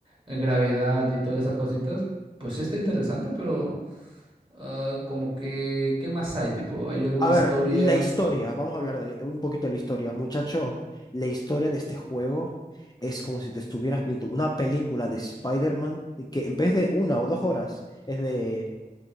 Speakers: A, on the right; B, on the left.
A: eh, gravedad y todas esas cositas. Pues sí está interesante, pero ah, como que, ¿qué más hay? Tipo, ¿hay alguna
B: A ver,
A: historia?
B: la historia, vamos a hablar de la- un poquito de la historia. Muchacho, la historia de este juego es como si te estuvieras viendo una película de Spider-Man y que en vez de una o dos horas es de